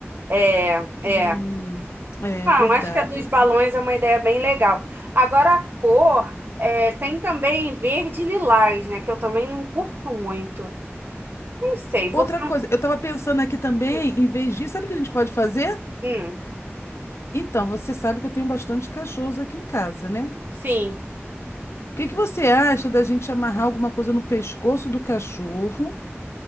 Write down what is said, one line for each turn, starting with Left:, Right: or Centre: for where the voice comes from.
Right: É,
Left: E
Right: é.
Left: é
Right: Ah,
Left: verdade
Right: eu acho que a dos
Left: essa.
Right: balões é uma ideia bem legal. Agora a cor, é, tem também verde e lilás, né? Que eu também não curto muito. Não sei,
Left: Outra
Right: vou pensar.
Left: coisa, eu estava pensando aqui também,
Right: Hum,
Left: em vez disso, sabe o que a gente pode fazer?
Right: hum,
Left: Então, você sabe que eu tenho bastante cachorros aqui em casa, né?
Right: sim.
Left: O que que você acha da gente amarrar alguma coisa no pescoço do cachorro,